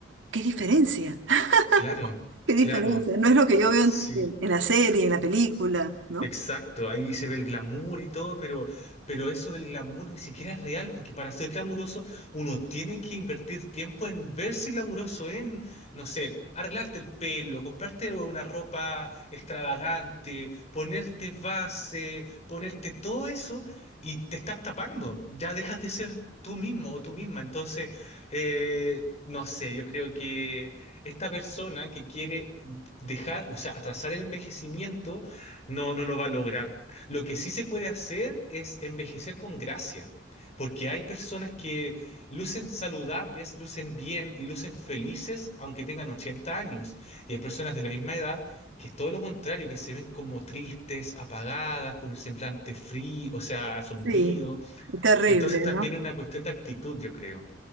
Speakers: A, on the right (about 75°); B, on the left (about 35°).
A: ¿qué diferencia? <laughs>
B: Claro,
A: ¿Qué diferencia?
B: claro,
A: No es lo que yo veo
B: sí.
A: en, en- la serie, en la película, ¿no?
B: Exacto, ahí se ve el glamour y todo, pero, pero eso del glamour ni siquiera es real, porque para ser glamuroso uno tiene que invertir tiempo en verse glamuroso, en, no sé, arreglarte el pelo, comprarte una ropa extravagante, ponerte base, ponerte todo eso y te estás tapando, ya dejas de ser tú mismo o tú misma. Entonces, eh, no sé, yo creo que esta persona que quiere dejar, o sea, atrasar el envejecimiento, no, no lo va a lograr. Lo que sí se puede hacer es envejecer con gracia, porque hay personas que lucen saludables, lucen bien y lucen felices aunque tengan 80 años. Y hay personas de la misma edad que es todo lo contrario, que se ven como tristes, apagadas, con el semblante frío, o sea, sombrío.
A: Sí. Terrible,
B: Entonces también
A: ¿no?
B: es una cuestión de actitud, yo creo.